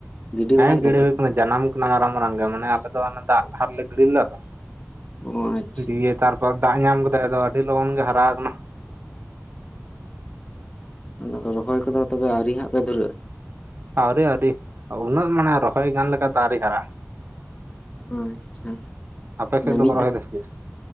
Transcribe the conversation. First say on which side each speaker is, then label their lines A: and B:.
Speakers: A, on the left; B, on the right.
A: ᱜᱤᱰᱤ
B: ᱦᱮᱸ
A: ᱵᱟᱲᱟ ᱠᱮᱫᱟ
B: ᱜᱤᱲᱟᱹ
A: ᱯᱮ
B: ᱦᱩᱭ ᱠᱟᱱᱟ ᱡᱟᱱᱟᱢ ᱠᱟᱱᱟ ᱢᱟᱨᱟᱝ ᱢᱟᱨᱟᱝ ᱜᱮ ᱢᱟᱱᱮ ᱟᱞᱮ ᱫᱚ ᱚᱱᱮ ᱫᱟᱜ ᱞᱟᱦᱟ ᱨᱮᱞᱮ ᱜᱤᱲᱤ ᱞᱮᱫᱟ
A: ᱚ ᱟᱪᱪᱷᱟ
B: ᱛᱚ ᱫᱤᱭᱮ ᱛᱟᱨᱯᱚᱨ ᱫᱟᱜ ᱧᱟᱢ ᱠᱮᱫᱟᱭ ᱟᱫᱚ ᱟᱹᱰᱤ ᱞᱚᱜᱚᱱ ᱜᱮ ᱦᱟᱨᱟ ᱟᱠᱟᱱᱟ
A: ᱟᱪᱪᱷᱟ ᱨᱚᱦᱚᱭ ᱠᱚᱫᱚ ᱛᱚᱵᱮ ᱟᱣᱨᱤ ᱦᱟᱸᱜ ᱯᱮ ᱫᱷᱩᱨᱟᱹᱜᱼᱟ
B: ᱟᱹᱣᱨᱤ ᱟᱹᱣᱨᱤ ᱩᱱᱟᱹᱜ ᱢᱟᱱᱮ ᱨᱚᱦᱚᱭ ᱜᱟᱱ ᱞᱮᱠᱟ ᱫᱚ ᱟᱣᱨᱤ ᱦᱟᱨᱟᱜ-ᱟ
A: ᱟᱪᱪᱷᱟ
B: ᱟᱯᱮ ᱥᱮᱫ
A: ᱢᱮ
B: ᱫᱚᱠᱚ
A: ᱢᱤᱫ
B: ᱨᱚᱦᱚᱭ
A: ᱫᱷᱟᱣ
B: ᱫᱟ ᱥᱮ ᱪᱮᱫ